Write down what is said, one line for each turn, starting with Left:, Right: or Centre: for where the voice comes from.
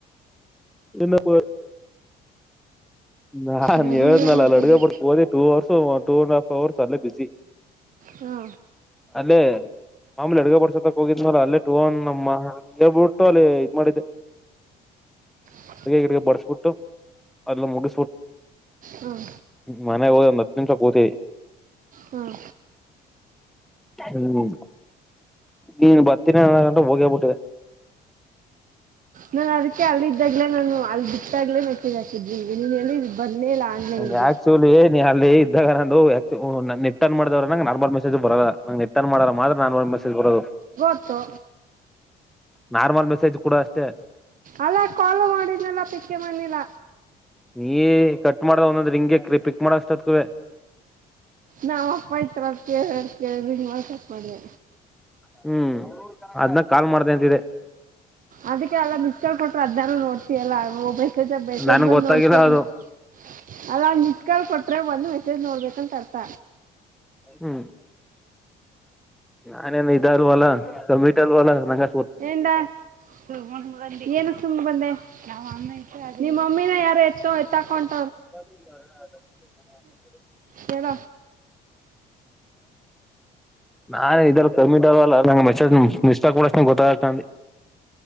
Centre: ನಿನ್ನಪ <unintelligible> <inaudible> ನಾನ್
Right: ಬೆಳಗ್ಗಿಂದ
Centre: ಹೇಳ್ನಲ್ಲ
Right: ಏನು ಮಾಡ್ತಿದ್ದೆ
Centre: ಅಲ್ಲಿ ಅಡ್ಗೆ ಬಿ ಹೋದಿ two hours two and half hours ಅಲ್ಲೇ ಬಿಸಿ
Right: ಹಾ
Centre: ಅಲ್ಲೇ ಮಾಮೂಲಿ ಅಡುಗ ಬರ್ಸತ್ತಕ್ ಹೋಗಿದ್ ಅಲ್ಲೇ ಟೂನ್ ನಮ್ಮ ಹೇಳ್ಬಿಟ್ಟು ಅಲ್ಲಿ ಇದ್ ಮಾಡಿದ್ದೆ
Right: ಹ
Centre: ಅದ ಈ ಬಡಸ್ಬಿಟ್ಟು ಅಲ್ಲ ಮುಗ
Right: ಹಾಂ
Centre: ಮನೆ ಒ ನ ಸ ಪೂತಿ
Right: ಹಾಂ
Centre: ಹ್ಮ್ ನೀನ್ ಬರ್ತೀನಿ ನ ಗಂಟೆ ಹೋಗೇಬಿಟ್ಟಿದೆ
Right: ನಾನು ಅದಕ್ಕೆ ಅಲ್ಲಿದ್ದಾಗ್ಲೇ ನಾನು ಅಲ್ಲಿ ಬಿಟ್ಟಾಗ್ಲೇ ನೆಟ್ಟಿದ ಸನ್ಗೆ ನೀನ್ ಹೇಳಿದ ಬರ್ಲೇ ಇಲ್ಲ ಆನ್ನ್ಗೆ
Centre: ನಂಗೆ ಆಕ್ಚುಲಿ ನೀ ಅಲ್ಲಿ ಇದ್ದಾಗ ನ ನಿಟರ್ನ್ ಮಾಡಿದ ನ ನಾರ್ಮಲ್ ಮೆಸೇಜ್ ಬರಲ್ಲ ನ ನಿಟರ್ನ್ ಮಾಡ ಮಾತ್ರ ನಾರ್ಮಲ್ ಮೆಸಜರದು
Right: ಗೊತ್ತು
Centre: ನಾರ್ಮಲ್ ಮೆಸೇಜ್ ಕೂಡ ಅಷ್ಟೇ
Right: ಅಲ್ಲಾ ಕಾಲು ಮಾಡಿದ್ನಲ್ಲ ಪಿಕ್ಕೆ ಮಣಿಲ್ಲ
Centre: ನೀ ಕಟ್ ಮಾಡ್ದ ಒಂದೊಂದ್ ಹಿಂಗಗೆ ಪಿಕ್ ಮಾಡಸ್ತದ ಕುವ
Right: ನಾವವು ಅಪ್ಪ ಇತ ಕೇಳ ಕೇಳ ಮಾಡಸಕ್ ಮಾಡೇ
Centre: ಹ್ಮ್ ಅದ್ನಾಗ ಕಾಲ್ ಮಾಡ್ದ ಅಂತಿದೆ
Right: ಅದಕ್ಕೆಲ್ಲ ಮಿಸ್ ಕೊಟ್ರೆ ಅದಾರ ನೋಡ್ ಲ್ಲ ಬಸೇಜ್ ಬಸೇಜ್
Centre: ನನ್ಗ್
Right: ಬಂದ್
Centre: ಗೊತ್ತಾಗಿಲ್ಲ
Right: ನೋಡ್ತ ಅನ್ಬಿಟ್ಟಾ
Centre: ಅದು
Right: ಅಲ್ಲ ನಿಚ್ಕಲ್ ಕೊಟ್ರೆ ಒಂದು ಮೆಸೇಜ್ ನೋಡ್ಬೇಕಂತ ತರ್ಥ
Centre: ಹ್ಮ್ ನಾನೇನ್ ಇದಾರ್ವಲ್ಲ ಕಿಟ ಅಲ್ವಲ್ಲ ನಂಗ
Right: ಎಂದ ಬ ಏನು ಸುಮ್ಮ ಬಂದೆ ನಮ್ಮ ನಿಮ್ಮಮ್ಮಿನ ಯಾರ ಎತ್ತು ಎ ತಾಕೊಂಡ
Centre: ಸ
Right: ಕೆಡ
Centre: ನಾನ್ ಇದರ ಕಮ್ಮಿ ಇದಾವಲ್ಲ ನಂಗೆ ಮೆಸೇಜ್ ಮಿಸ ಕೊಡಷ್ಟ ಗೊತ್ತಾಗತ ಅ